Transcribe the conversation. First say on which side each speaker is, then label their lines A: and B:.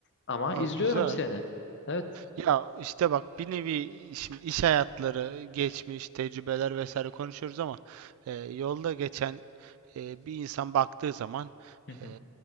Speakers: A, on the left; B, on the right.
A: ama
B: Aa,
A: izliyorum
B: güzel.
A: seni. Evet.
B: Ya işte bak bir nevi şimdi iş hayatları, geçmiş, tecrübeler vesaire konuşuyoruz ama e, yolda geçen e, bir insan baktığı zaman
A: Hı hı.
B: e,